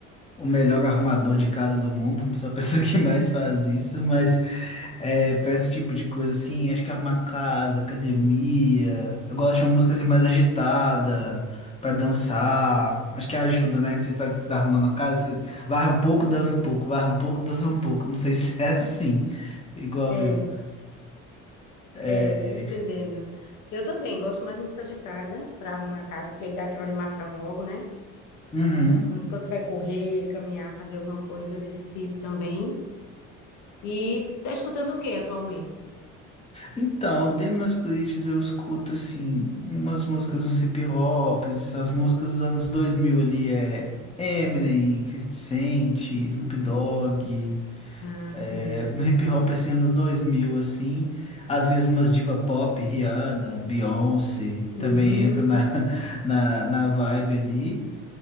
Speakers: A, on the left; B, on the left.
A: o melhor arrumador de casa do mundo, <laughs> não sou a pessoa <laughs> que mais faz isso, mas é, pra esse tipo de coisa, assim, acho que arrumar casa, academia. Eu gosto de uma música assim mais agitada, pra dançar. Acho que ajuda, né? Você vai arrumando a casa, você varre um pouco, dança um pouco, varre um pouco, dança um pouco. Não sei <laughs> se é assim, igual
B: É,
A: eu. É...
B: é, tô entendendo. Eu também gosto mais de música agitada pra arrumar a casa, porque aí dá aquela animação logo, né?
A: Uhum.
B: Quando quando você vai correr, caminhar, fazer alguma coisa desse tipo também. E tá escutando o que atualmente?
A: Então, temas políticos eu escuto, assim, umas músicas, uns hip hops, as músicas dos anos 2000 ali, é Eminem, 50 Cent, Snoop Dogg,
B: Ah, sim.
A: é, um hip hop, assim, anos 2000 assim, às vezes umas diva pop, Rihanna, Beyoncé,
B: Uhum.
A: também entra na, <laughs> na, na vibe ali.